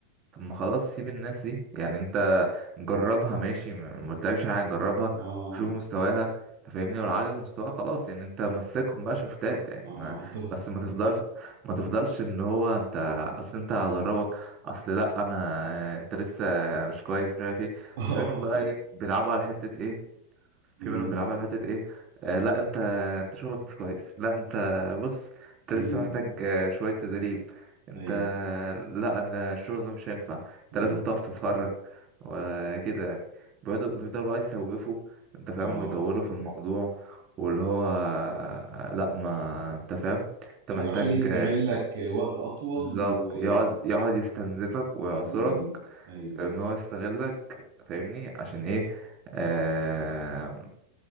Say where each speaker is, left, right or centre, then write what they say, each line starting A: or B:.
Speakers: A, on the right; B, on the right.
A: طب ما خلاص سيب الناس دي يعني انت جربها ماشي ما ما قلتلكش حاجه جربها
B: اه
A: وشوف مستواها انت فاهمني ولو عجبك مستواها خلاص يعني انت مسكهم بقى شفتات يعني
B: اه
A: ما
B: انت بز-
A: بس ما تفضلش ما تفضلش ان هو انت اصل انت هدربك اصل لا انا انت لسه مش كويس مش عارف ايه
B: اه
A: وفي منهم بقى ايه بيلعبوا على حته
B: <laughs>
A: ايه في
B: امم
A: منهم بيلعبوا على حتة ايه آه لا انت انت شغلك مش كويس لا انت بص انت
B: امم
A: لسه محتاج آه، شوية تدريب انت
B: ايوه
A: لا انا الشغل ده مش هينفع انت
B: امم
A: لازم تقف تتفرج وكده يعني بيقعدوا بيفضلوا بقى يسوقفوا انت فاهم
B: اه
A: ويطولوا في الموضوع واللي هو آه، لا ما انت فاهم انت
B: ايوه
A: محتاج
B: عشان يستغلك
A: آه،
B: وقت اطول
A: بالظبط
B: و
A: يقعد يقعد يستنزفك ويعصرك
B: امم ايوه
A: ان
B: ايوه
A: هو يستغلك فاهمني عشان ايه آه،